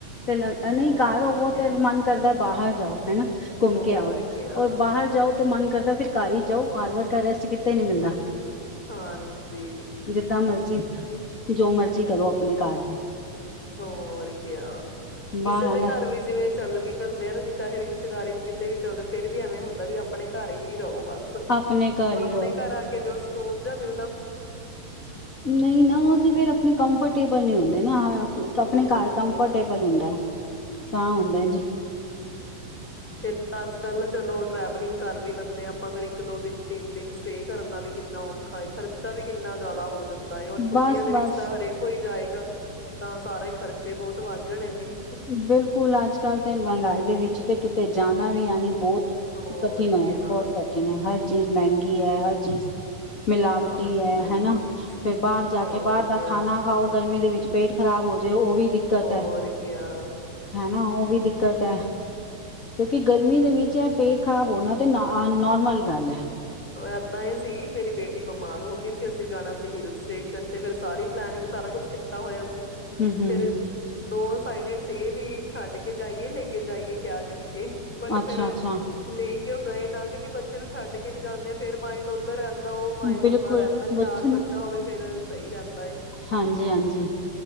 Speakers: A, on the left; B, in the centre.
A: ਤੇ ਲ ਨਹੀਂ
B: ਹੋਰ
A: ਘਰ ਹੋਵੋ
B: ਕਿਆ
A: ਤੇ ਮਨ ਕਰਦਾ ਬਾਹਰ ਜਾਓ ਹਨਾ ਘੁੰਮ
B: ਹੋਰ
A: ਕੇ ਆਓ
B: ਕਿਆ
A: ਰ ਬਾਹਰ ਜਾਓ ਤੇ ਮਨ ਕਰਦਾ ਫਿਰ ਘ ਹੀ ਜਾਓ ਕਾਰ ਵਰ ਰੈਸਟ ਕਿਤੇ ਨੀ ਮਿਲਦਾ
B: ਹਾਂਜੀ
A: ਜਿੱਦਾਂ ਮਰਜੀ ਜੋ ਮਰਜ਼ੀ ਕਰੋ ਆਪਣੇ ਕਾਰ ਤੇ
B: ਹੋਰਕਿਆ
A: ਬਾਹਰ
B: ਕਿਸੇ
A: ਆਲਾ
B: ਦੇ ਘਰ ਵੀ ਜਿਵੇਂ ਚੱਲ ਵੀ ਜਾਂਦੇ ਆ ਨਾ ਚਾਹੇ ਰਿਸ਼ਤੇਦਾਰੀ ਚ ਕਿਤੇ ਵੀ ਫਿਰਰ ਵੀ ਐਵੇਂ ਹੁੰਦਾ ਵੀ ਆਪਣੇ ਘਰ ਹੀ ਜਾਓ ਬਸ ਜਦੋਂ
A: ਆਪਣੇ ਘਰ ਹੀ
B: ਆਪਣੇ
A: ਰਹੋ
B: ਘਰ ਆ ਕੇ ਜੋਓ ਕੌਣਦਾ ਮੂੰ
A: ਨਹੀਂ ਨਾ ਉਹਸੀ ਫਿਰ ਆਪਣੇ ਕੰਫਰਟੇਬਲ ਨਹੀਂ ਹੁੰਦੇ ਨਾ ਆਪਣੇ
B: ਹੋਰ
A: ਘਰ ਕੰਫਰਟੇਬਲ
B: ਕਿਆ
A: ਹੁੰਦਾ ਤਾਂ ਹੁੰਦਾ ਜ
B: ਫਰ ਅੱਜ ਕੱਲ ਚਲੋ ਟਰੈਵਲਿੰਗ ਕਰ ਵੀ ਲੈਂਦੇ ਆਪਾਂ ਫੇਰ ਇੱਕ ਦੋ ਦਿਨ ਤਿੰਨ ਦਿਨ ਸਟੇ ਕਰਨਾ ਵੀ ਕਿੰਨਾ ਔਖਾ ਹੈ ਖਰਚਾ ਵੀ ਕਿੰਨਾ ਜ਼ਿਆਦਾ ਹੋ ਜਾਂਦਾ ਏ ਔਰ ਛੁੱਟੀਆਂ
A: ਬਸ
B: ਦੇ ਵਿੱਚ
A: ਬਸ
B: ਤਾਂ ਹਰੇਕ ਕੋਈ ਜਾਏ ਤਾਂ ਸਾਰੇ ਖਰਚੇ ਬਹੁਤ ਵੱਧ ਜਾਣਨੇ
A: ਬਿਲਕੁਲ ਅੱਜ ਕੱਲ ਤੇ ਮਹਿੰਗਾਈ ਦੇ ਵਿੱਚ ਤੇ ਅਤੇ ਜਾਣਾ ਵੀ ਹੈਾਨ ਬਹੁਤ
B: ਹੋਰ
A: ਕਠਿਨ ਹੈ
B: ਕਿਆ
A: ਬਹੁਤ ਕਠਿਨ ਹੈ ਹਰ ਚੀਜ਼ ਮਹਿੰਗੀ ਕੀ ਹੈ ਹਰ ਚੀਜ਼ ਮਿਲਾਵਟੀ
B: ਹਾਂਜੀ
A: ਹੈ ਹਨਾ ਫਰ ਬਾਹਰ ਜਾ
B: ਹੋਰ
A: ਕੇ ਬਾਹਰ ਦਾ
B: ਕਿਆ
A: ਖਾਣਾ ਖਾਓ ਗਰਮੀ ਦੇ ਵਿੱਚ ਪੇਟ ਖ਼ਰਾਬ ਹੋ ਜਾਏ ਉਹ ਵੀ ਦਿੱਕਤ
B: ਹੋਰ
A: ਹੈ
B: ਕਿਆ
A: ਹਨਾ ਉਹ ਵੀਖ ਦਿੱਕਤ ਹੈ ਕਿਉਂਕਿ ਗਰਮੀ ਦੇ ਵਿੱਚ ਇਹ ਪੇਟ ਖ਼ਰਾਬ ਹੋਣਾ ਤੇ ਨੋਰਮਲ ਗੱਲ ਹੈ।
B: ਏਦਾਂ ਹੀ ਸੀ ਮੇਰੀ ਬੇਟੀ ਬਿਮਾਰ ਹੋ ਗਈ ਸੀ ਅਸੀਂ ਜਾਣਾ ਸੀ ਹਿਲ ਸਟੇਸ਼ਨ ਤੇ ਫਿਰ ਸਾਰੀ ਪਲਨਿੰਗ ਸਾਰਾ ਕੁਛ ਕੀਤਾ ਹੋਇਆ ਸੀ।
A: ਹੂ ਹੂ
B: ਫਿਰ ਦੋ ਸਾਈਡਡ ਸੀਗੇ ਵੀ ਛੱਡ ਕੇ ਜਾਈਏ ਲੈ ਕੇ ਜਾਈਏ ਕਿਆ ਕਰੀਏ ਬਟ
A: ਅੱਛਾ-ਅੱਛਾ
B: ਫੇਿਰ ਲੇਕ ਕਿ ਉਹ ਗਏ ਨਾ ਕਿਉਂਕਿ ਬੱਚੇ ਨੂੰ ਛੱਡ ਕੇ ਵੀ ਜਾਂਦੇ ਆ ਫੇਰ ਮਾਇੰਡ ਉੱਧਰ ਰਹਿੰ ਉਹ ਮਾਇੰਡ
A: ਬਿਲਕੁਲ
B: ਓਦਾਂ ਰਹਿੰਦਾ ਨੀ
A: ਬੱਚੇ
B: ਨਾਲ
A: ਨੂੰ
B: ਬੱਚਾ ਹੋਵੇ ਫੇਰ ਸਹੀ ਰਹਿੰਦਾ
A: ਹਾਂਜੀ-ਹਾਂਜੀ